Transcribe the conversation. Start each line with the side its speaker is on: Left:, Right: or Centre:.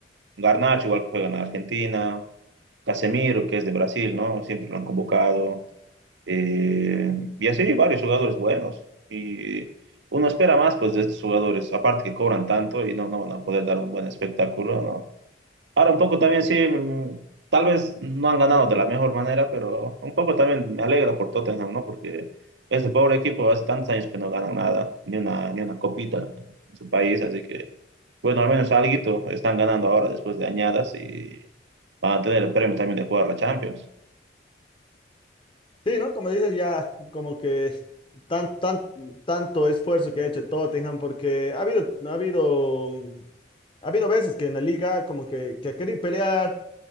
Right: Garnacho, igual que juega en Argentina. Casemiro, que es de Brasil, ¿no? Siempre lo han convocado. Eh, y así varios jugadores buenos. Y uno espera más, pues, de estos jugadores. Aparte que cobran tanto y no, no van a poder dar un buen espectáculo, ¿no? Ahora un poco también sí, mm, tal vez no han ganado de la mejor manera, pero un poco también me alegra por Tottenham, ¿no? Porque ese pobre equipo hace tantos años que no gana nada, ni una, ni una copita en su país, así que, bueno, al menos alguito están ganando ahora después de añadas y van a tener el premio también de jugar la Champions.
Left: Sí, ¿no? Como dices, ya como que tan, tan, tanto esfuerzo que ha hecho el Tottenham, porque ha habido, ha habido, mm, ha habido veces que en la liga como que, que ha querido pelear,